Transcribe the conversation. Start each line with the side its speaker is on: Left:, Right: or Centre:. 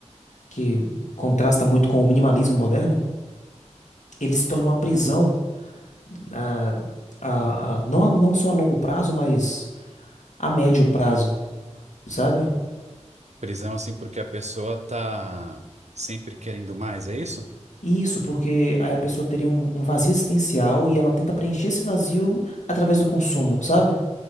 Left: que contrasta muito com o minimalismo moderno, ele se torna uma prisão a, a, a- não, a- não só a longo prazo, mas a médio prazo, sabe?
Right: Prisão assim porque a pessoa tá sempre querendo mais, é isso?
Left: Isso, porque aí a pessoa teria um, um vazio existencial e ela tenta preencher esse vazio através do consumo, sabe?